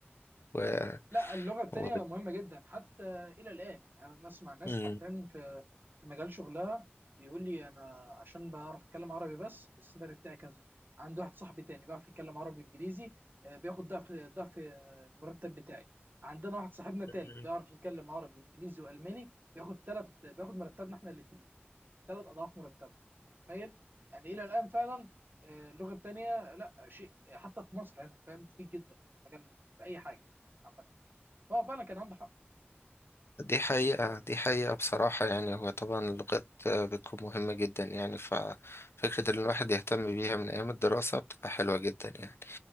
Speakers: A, on the left; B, on the right.
A: و...
B: لا اللغه التانيه
A: و...
B: مهمه جدا حتى الى الان يعني انا اسمع ناس
A: <laughs>
B: حرفيا في في مجال شغلها بيقول لي انا عشان بعرف اتكلم عربي بس السالري بتاعي كذا عندي واحد صاحبي تاني بيعرف يتكلم عربي انجليزي آه، بياخد ضعف ضعف آه، المرتب بتاعي عندنا واحد صاحبنا تالت
A: مم.
B: بيعرف يتكلم عربي وانجليزي والماني بياخد تلت بياخد مرتبنا احنا الاثنين ثلاث اضعاف مرتبه أنت متخيل يعني الى الان فعلا آه، اللغه الثانيه لا شيء حتى في مصر هنا فاهم كتير جدا في المجال في اي حاجه عامه هو فعلا كان عنده حق
A: دي حقيقة دي حقيقة بصراحة يعني هو طبعا اللغات آه، بتكون مهمة جدا يعني ففكرة إن الواحد يهتم بيها من أيام الدراسة بتبقى حلوة جدا يعني